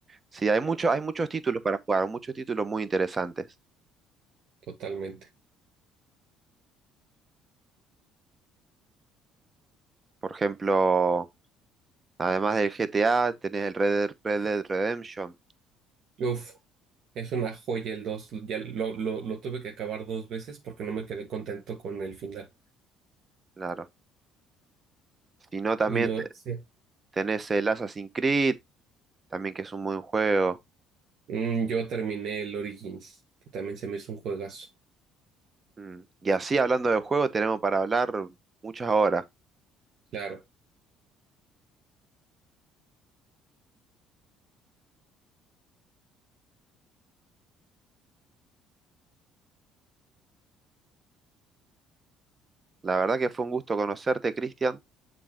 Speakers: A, on the right (about 30°); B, on the right (about 60°).
A: Sí, hay mucho, hay muchos títulos para jugar, muchos títulos muy interesantes.
B: totalmente.
A: Por ejemplo, además del GTA, tenés el Red Dead, Red Dead Redemption,
B: Uf, es una joya el dos, Ya lo, lo, lo tuve que acabar dos veces porque no me quedé contento con el final.
A: claro. Si no, también
B: Y lo,
A: te-
B: sí.
A: tenés el Assassin's Creed, también que es un buen juego.
B: Mm, yo terminé el Origins, que también se me hizo un juegazo.
A: Mm. Y así, hablando de juegos, tenemos para hablar muchas horas.
B: Claro,
A: La verdad que fue un gusto conocerte, Cristian,